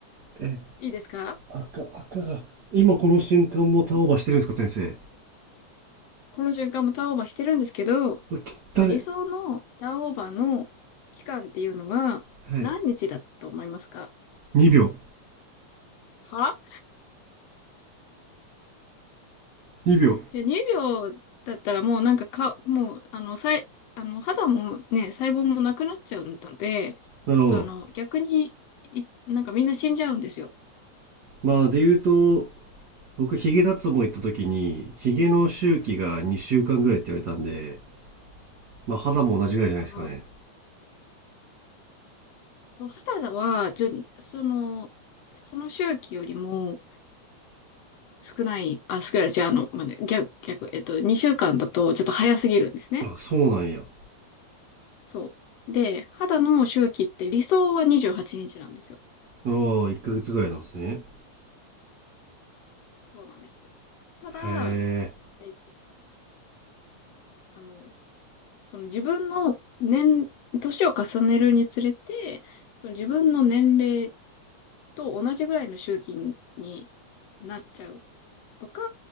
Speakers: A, on the right; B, on the left.
A: え、
B: いいですか
A: 赤、赤が。今この瞬間もターンオーバーしてるんですか、先生。
B: この瞬間もターンオーバーしてるんですけど、
A: 汚ね。
B: そう、理想のターンオーバーの期間っていうのは何日だと思いますか
A: はい。2秒。
B: は
A: 2秒。
B: いや、2秒だったらもうなんかか、もう、あの、さい、あの、肌もね、細胞もなくなっちゃうので、
A: なるほど。
B: ちょっとあの、逆に、い、なんかみんな死んじゃうんですよ。
A: まあ、で言うと、僕、ヒゲ脱毛行った時に、ヒゲの周期が2週間ぐらいって言われたんで、
B: うん。
A: まあ肌も同じぐらいじゃないですかね。
B: あーそう肌は、じゅ、その、その周期よりも少ない、あ、少ない、じゃあ、あの、まあね、逆、逆、えっと、2週間だとちょっと早すぎるんですね。
A: あ、そうなんや。
B: そう。で、肌の周期って理想は28日なんですよ。
A: ああ、1ヶ月ぐらいなんですね。
B: そうなんです。ただ、
A: へ
B: えっと、あの、その自分の年、年を重ねるにつれて、その自分の年齢と同じぐらいの周期になっちゃうとか、